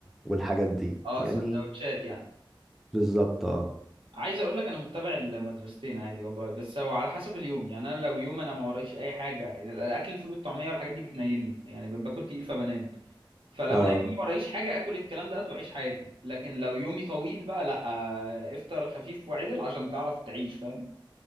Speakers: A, in the centre; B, on the right.
A: والحاجات دي
B: اه
A: يعني
B: سندوتشات يعني
A: بالظبط اه
B: عايز اقول لك انا متبع المدرستين عادي والله بس هو على حسب اليوم يعني انا لو يوم انا ما ورايش اي حاجه يعني الاكل الفول والطعميه والحاجات دي بتنيمني يعني باكل تقيل فبنام فلو
A: اه
B: انا يومي ورايش حاجه اكل الكلام ده واعيش حياتي لكن لو يومي طويل بقى لا آه، افطر خفيف وعدل عشان تعرف تعيش فاهم